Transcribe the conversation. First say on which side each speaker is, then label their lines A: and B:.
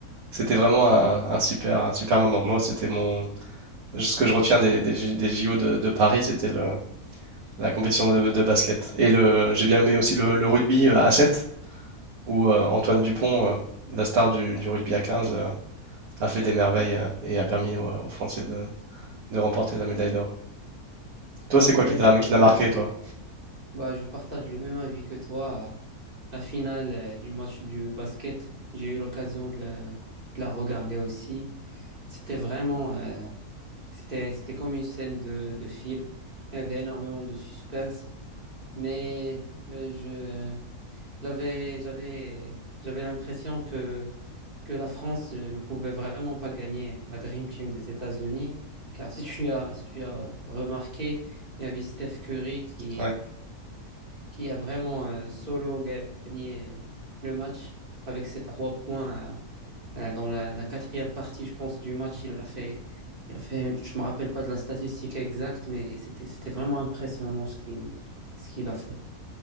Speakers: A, on the right (about 70°); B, on the right (about 40°).
A: c'était vraiment un, un super, un super moment. Moi, c'était mon, ce que je retiens des, des J- des JO de, de Paris, c'était le, la compétition de, de basket. Et le, j'ai bien aimé aussi le, le rugby euh, à 7 où euh, Antoine Dupont, euh, la star du, du rugby à 15, euh, a fait des merveilles euh, et a permis aux, aux Français de, de remporter la médaille d'or. Toi, c'est
B: Ouais,
A: quoi qui t'a
B: je partage.
A: qui t'a marqué, toi?
B: Bah, je partage le même avis que toi. La finale euh, du match du basket, j'ai eu l'occasion de, la de la regarder aussi. C'était vraiment, euh, c'était, c'était comme une scène de, de film. Il y avait énormément de suspense, mais euh, je, j'avais, j'avais, j'avais l'impression que, que la France euh, ne pouvait vraiment pas gagner la Dream Team des États-Unis, car si tu as, si tu as remarqué, il y avait Steph Curry qui
A: Ouais.
B: qui a vraiment euh, solo gagné le match avec ses trois points euh, euh, dans la, la quatrième partie, je pense, du match. Il a fait, il a fait, je me rappelle pas de la statistique exacte, mais c'était, c'était vraiment impressionnant ce qui, ce qu'il a fait.